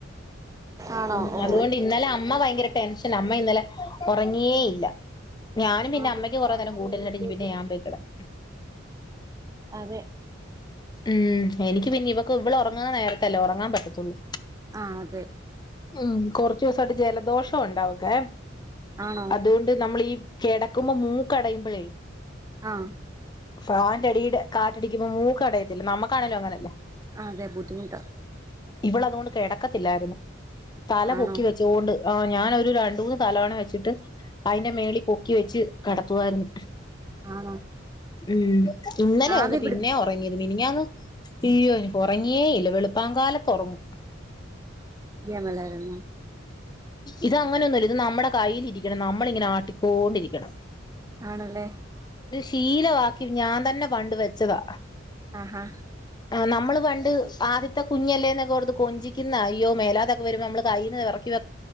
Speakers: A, on the right; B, on the left.
A: ആണോ
B: ഉം
A: ഓ
B: അതുകൊണ്ട് ഇന്നലെ അമ്മ ഭയങ്കര ടെൻഷൻ അമ്മ ഇന്നലെ ഉറങ്ങി ങ്ങിയേ ഇല്ല ഞാനും
A: ആ
B: പിന്നെ അമ്മക്ക് കുറേ
A: കാണാതെ
B: നേരം കൂട്ടിരുന്നിട്ട്
A: വരുമ്പത്തേക്ക്
B: പിന്നെ ഞാൻ പോയിക്കിടന്ന്
A: അതെ
B: ഉം എനിക്ക് പിന്നെ ഇവക്ക് ഇവളെ ഉറ ഉറങ്ങുന്ന നേരത്തെല്ലേ ഉറങ്ങാൻ പറ്റത്തുള്ളൂ
A: ആഹ് അതെ
B: ഉം കൊറച്ചു ദിവസമായിട്ട് ജലദോഷം ഉണ്ടാവക്കെ
A: ആണോ
B: അതുകൊണ്ട് നമ്മളീ കിടക്കുമ്പോ മൂക്കടയുമ്പോഴേ
A: ആഹ്
B: ഫാൻന്റെ അടിയിലെ കാറ്റ് അടിക്കുമ്പോ മൂക്ക് അടയത്തില്ലേ നമുക്കാണേലും അങ്ങനെയല്ലേ
A: അതെ ബുദ്ധിമുട്ടാ
B: ഇവൾ അതുകൊണ്ട് കിടക്കത്തില്ലായിരുന്നു തല
A: ആണോ
B: പൊക്കി വെച്ചോണ്ട് <unintelligible> ഞാന് ഒരു രണ്ട് മൂന്ന് തലവണ വെച്ചിട്ട് അതിന്റെ മോളിൽ പൊക്കി വെച്ച് കിടത്തുവാരുന്നു
A: ആണോ
B: ഉം ഇന്നലെയാ
A: ആവി
B: ഒന്ന് പിന്നെ
A: പിടി
B: ഉറങ്ങിയത് മിനിഞ്ഞാന്ന് അയ്യോ ഉറങ്ങിയേ ഇല്ല വെളുപ്പ <unintelligible> ങ്കാലത്തുറങ്ങും
A: മളരരുന്നു
B: ഇത് അങ്ങനെൊന്നുംല്ല ഇത് നമ്മുടെ കയ്ൽിരിക്കണം നമ്മളിങ്ങനെ ആട്ടിക്കൊണ്ടിരിക്കണം
A: ആണല്ലേ
B: ശീലവാക്കി ഞാൻ തന്നെ പണ്ട് വെച്ചതാ
A: ആഹാ
B: ആ നമ്മള് പണ്ട് ആദ്യത്തെ കുഞ്ഞല്ലേന്നൊക്കെ കൊടുത്ത് കൊഞ്ചിക്കുന്ന അയോ മേലാതൊക്കെ വരുമ്പോ നമ്മള് കയ്യിൽ നിന്ന് ഇറക്കി വ